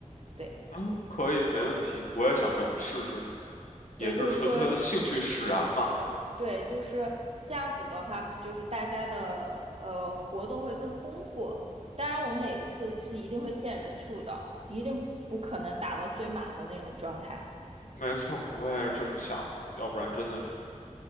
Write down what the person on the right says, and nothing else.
对，
嗯，对，
就是如果对，就是这样子的话，就是大家的呃活动会更丰富。当然，我们每一次是一定会限人数的，一定不可能打到最满的那种状态。